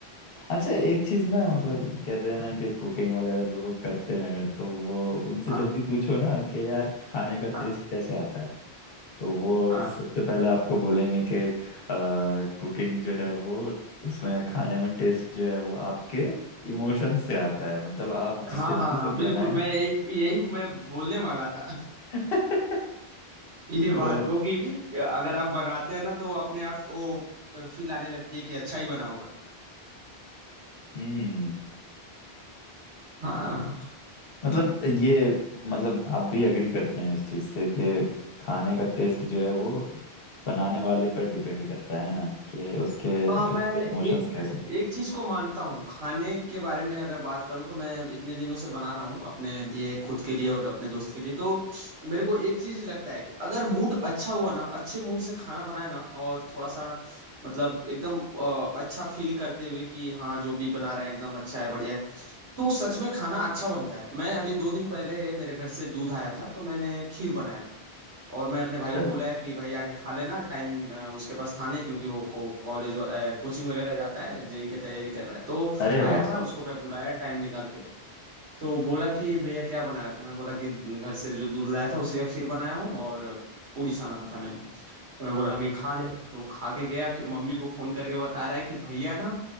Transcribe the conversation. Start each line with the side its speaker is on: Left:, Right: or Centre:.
Left: अच्छा एक चीज ना मतलब कहते हैं ना कि कुकिंग वगैरह जो लोग करते हैं तो वो उनसे
Right: हाँ
Left: जब भी पूछो ना कि यार खाने का टेस्ट
Right: हाँ
Left: कैसे आता है तो वो
Right: हाँ
Left: सबसे पहले आपको बोलेंगे कि कुकिंग जो है वो उसमें खाने में टेस्ट जो है वो आपके इमोशन से आता है मतलब आप जिस
Right: हाँ
Left: तरीके
Right: हाँ
Left: से
Right: हाँ बिल्कुल
Left: बनाएं
Right: मैं यही यही मैं बोलने वाला था
Left: <laughs>
Right: ये
Left: तो
Right: बात को कि अगर आप बनाते हैं ना तो अपने आप वो फील आने लगती है कि अच्छा ही बना होगा
Left: हम्म
Right: हाँ
Left: मतलब ये मतलब आप भी एग्री करते हैं इस चीज से कि खाने का टेस्ट जो है वो बनाने वाले पर डिपेंड करता है ना कि उसके
Right: हाँ मैं
Left: इमोशंस
Right: एक
Left: कैसे
Right: एक चीज को मानता हूँ खाने के बारे में अगर बात करूँ तो मैं इतने दिनों से बना रहा हूँ अपने लिए खुद के लिए और अपने दोस्त के लिए तो मेरे को एक चीज लगता है कि अगर मूड अच्छा हुआ ना अच्छे मूड से खाना बनाए ना और थोड़ा सा मतलब एकदम अ, अच्छा फील करते हुए कि हाँ जो भी बना रहे हैं एकदम अच्छा है बढ़िया है तो सच में खाना अच्छा बनता है मैं अभी दो दिन पहले मेरे घर से दूध आया था तो मैंने खीर बनाया था और मैं अपने भाई
Left: हैं।
Right: को बुलाया कि भाई आके खा लेना टाइम अ, उसके पास था नहीं क्योंकि वो को, कॉलेज अ, कोचिंग वगैरह जाता है जेई की तैयारी कर रहा है तो
Left: अरे
Right: आया
Left: वाह
Right: था उसको मैं बुलाया टाइम निकाल के तो बोला कि भैया क्या बनाया हो? तो मैं बोला कि घर से जो दूध लाया था उसी का खीर बनाया हूँ और पूरी छाना था मैंने तो मैं बोला कि खा ले तो खा के गया फिर मम्मी को फोन करके बता रहा है कि भैया ना